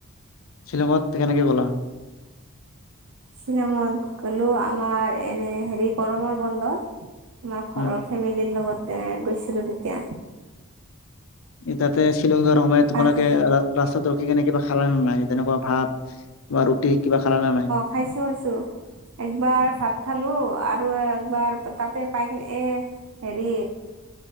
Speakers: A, on the left; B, on the right.
A: শ্বিলংঙত কেনেকে গলা?
B: শ্বিলঙত গ'লো আমাৰ এনে হেৰি গৰমৰ বন্ধত, আমাৰ ঘৰৰ
A: উম
B: ফেমিলিৰ লগতে গৈছিলো তেতিয়া।
A: ই তাতে শ্বিলং যোৱাৰ সময়ত তোমালোকে
B: আহ
A: ৰা ৰাস্তাত ৰখি কেনে কিবা খালা নে নাই তেনেকুৱা ভাত বা ৰুটি কিবা খালা না নাই?
B: খাইছোঁ আছোঁ। একবাৰ ভাত খালো আৰু একবাৰ পা তাতে পাই কিনে এ হেৰি